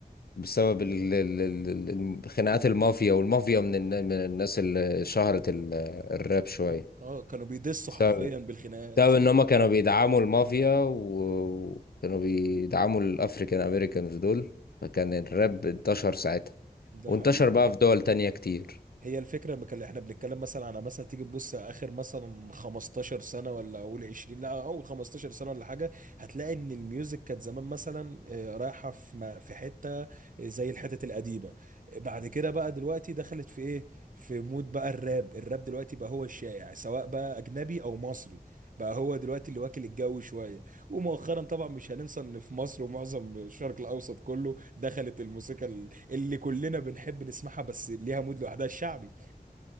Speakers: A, on the left; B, on the right.
A: بسبب ال- ال- ال- ال- خناقات المافيا والمافيا من الن- من الناس اللي شهرت ال- الراب شويه
B: اه كانوا بيدسوا
A: بسبب
B: حرفيا بالخناقات
A: بسبب ان هم كانوا بيدعموا المافيا و- وكانوا بيدعموا الافريكان امريكانز دول فكان الراب انتشر ساعتها
B: <laughs> ده
A: وانتشر
B: حقيقي
A: بقى في دول تانية كتير
B: هي الفكرة بك- اللي احنا بنتكلم مثلا على مثلا تيجي تبص اخر مثلا 15 سنة ولا اول 20 لا اول 15 سنة ولا حاجة هتلاقي ان الميوزك كانت زمان مثلا آه، رايحة في ما- في حتة آه، زي الحتت القديمة آه، بعد كده بقى دلوقتي دخلت في ايه في مود بقى الراب الراب دلوقتي بقى هو الشائع سواء بقى اجنبي او مصري بقى هو دلوقتي اللي واكل الجو شوية ومؤخرا طبعا مش هننسى ان في مصر ومعظم الشرق الاوسط كله دخلت الموسيقى ال- اللي كلنا بنحب نسمعها بس ليها مود لوحدها الشعبي